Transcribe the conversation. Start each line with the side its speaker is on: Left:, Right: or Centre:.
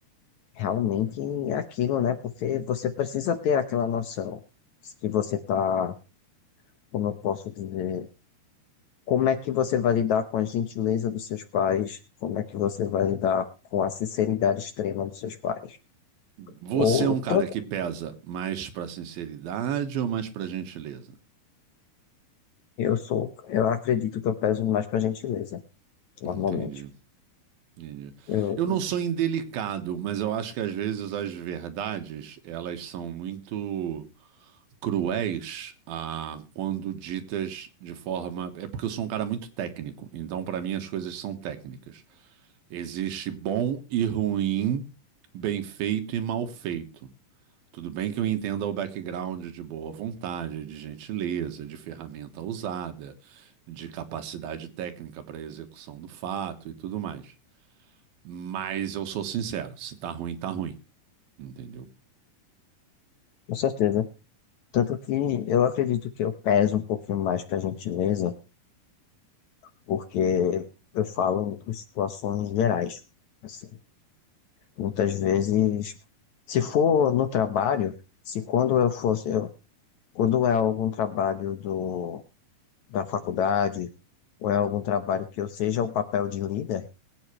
Left: realmente aquilo, né? Porque você precisa ter aquela noção que você tá, como eu posso dizer, Como é que você vai lidar com a gentileza dos seus pais? Como é que você vai lidar com a sinceridade extrema dos seus pais?
Right: Você
Left: Ou
Right: é um cara
Left: tanto
Right: que pesa mais pra sinceridade ou mais pra gentileza?
Left: eu sou, eu acredito que eu peso mais para gentileza, normalmente.
Right: Entendi. Entendi.
Left: Eu,
Right: Eu não sou indelicado, mas eu acho que às vezes as verdades elas são muito cruéis ah, quando ditas de forma. É porque eu sou um cara muito técnico, então para mim as coisas são técnicas. Existe bom e ruim, bem feito e mal feito. Tudo bem que eu entenda o background de boa vontade, de gentileza, de ferramenta usada, de capacidade técnica para execução do fato e tudo mais. Mas eu sou sincero, se tá ruim, tá ruim, entendeu?
Left: com certeza. Tanto que eu acredito que eu peso um pouquinho mais para gentileza, porque eu falo em situações gerais. Assim, muitas vezes, se for no trabalho, se quando eu fosse, eu, quando é algum trabalho do da faculdade, ou é algum trabalho que eu seja o papel de líder,